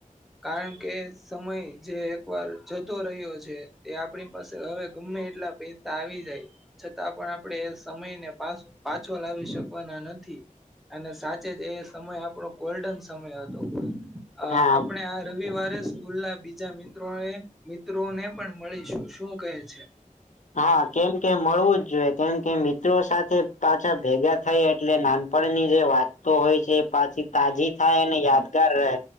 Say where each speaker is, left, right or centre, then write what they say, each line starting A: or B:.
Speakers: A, in the centre; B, on the left.
A: કારણ કે સમય જે એકવાર જતો રહ્યો છે, તે આપણી પાસે હવે ગમ્મે એટલા પૈસા આવી જાય છતાં પણ આપણેે એ સમયને પા પાછો લાવી શકવાના નથી. અને સાચે જ એ સમય આપણો ગોલ્ડન સમય હતો. અ,
B: હા
A: આપણે આ રવિવારે સ્કૂલના બી જા મિત્રો એ મિત્રોને પણ મળીશું. શું કહે છે?
B: હા, કેમ કે મળવું જ જોઈએ. કેમ કે મિત્રો સાથે પાછા ભેગા થઈએ એટલે નાન પણની જે વાતતો હોય છે, એ પાછી તાજી થાય, અને યાદગાર રહે.